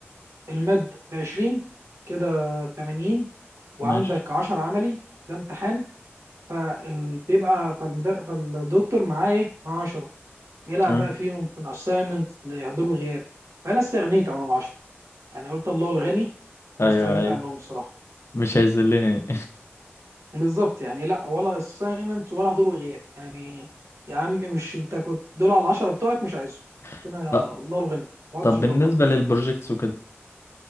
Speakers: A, on the right; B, on the left.
A: الماد ب 20 كده 80 وعندك
B: ماشي
A: 10 عملي ده امتحان فبيبقى فالمدر... فالدكتور معاه ايه معاه 10 بيلعب
B: تمام
A: بقى فيهم من اساينمنت لحضور وغياب فانا استغنيت عن ال 10 يعني قلت الله الغني واستغنيت
B: ايوه ايوه
A: عنهم الصراحه
B: مش هيذلني
A: بالظبط يعني لا ولا اساينمنت ولا حضور وغياب يعني يا عمي مش انت كنت دول على ال 10 بتوعك مش عايزهم ربنا
B: <laughs>
A: يا
B: ط-
A: الله الغني ما عدتش
B: طب
A: بره
B: بالنسبة للبروجيكتس